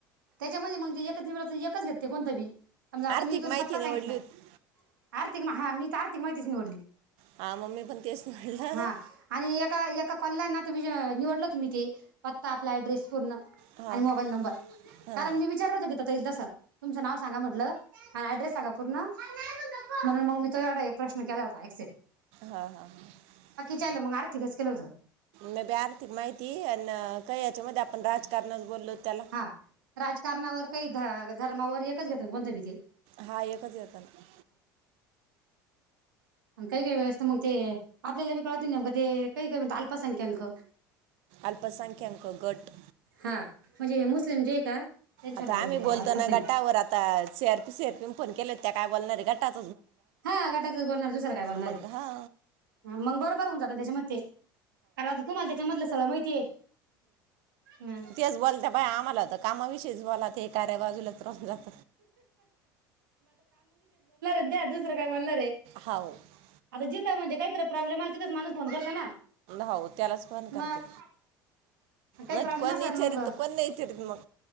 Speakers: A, on the right; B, on the right.
A: त्याच्या मध्ये मग ते एकच निवडायचं एकच घेते कोणत बी समजा आता
B: आर्थिक
A: मी तुला
B: माहिती
A: पत्ता
B: निवडली
A: सांगितला
B: होती
A: आर्थिक म हा मी त आर्थिक माहितीच निवडली
B: हा मम्मी पण तेच निवडलं
A: हा आणि एका एका कॉलला ना निवडल तुम्ही ते पत्ता आपला ऍड्रेस पूर्ण आणि
B: हा
A: मोबाईल नंबर
B: हा
A: विचारलं होतं तिथं ते तसं तुमचं नाव सांगा म्हटलं ऍड्रेस सांगा पूर् <unintelligible> म्हणून मग मी तो एवढा एक प्रश्न केला होता एक्सेप
B: हा हा हा
A: च्याला मग आर्थिकच केलं होतं
B: मी बी आर्थिक माहिती अन् काय याच्या मध्ये आपण राजकारणच बोललो त्याला
A: हा राजकारणावर काही ध धर्मावर एक इथेच घेतोय ना कोंचबी ते
B: हा एकच येतना
A: अन् काही काही वेळेसतं मग ते आपल्याला बी कळत नाही ते नेमकं ते काही काही म्हणत अल्पसंख्याक
B: अल्पसंख्याक गट
A: हा म्हणजे हे मुस्लिम जे आहे का? त्यांच्यावर
B: आता
A: बोलले
B: आम्ही
A: का
B: बोलतो
A: अल्पसंख्याक
B: ना गटावर आता सीआरपी सीआरपी फोन केलेत त्या काय बोलणार आहे गटात?
A: हा गटातच बोलणार दुसरं काय बोलणार
B: मग हा
A: मग बरोबर होऊन जात ज्याच्यामध्ये ते कारण आता तुम्हाला त्याच्यामधलं सगळं माहितीये हा.
B: तेच बोलता बाई आम्हाला तर कामाविषयी बोलते कार्य बाजूलाच राहून जाते
A: द्या दुसरं काय बोल
B: हो
A: आता जिथे म्हणजे काहीतरी प्रॉब्लेम आला तिथेच माणूस फोन करत ना
B: होऊ त्यालाच कोण करते
A: मग काही
B: ना
A: प्रॉब्लेम
B: कोण
A: असला
B: विचारित
A: मग
B: कोण नाही विचारित मग